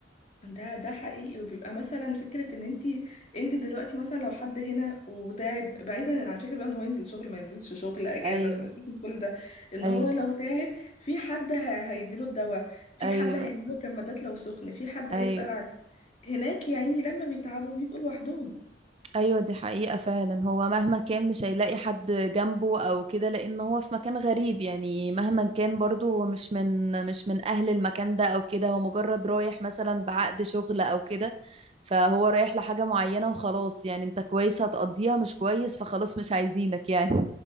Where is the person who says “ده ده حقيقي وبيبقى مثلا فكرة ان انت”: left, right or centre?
Left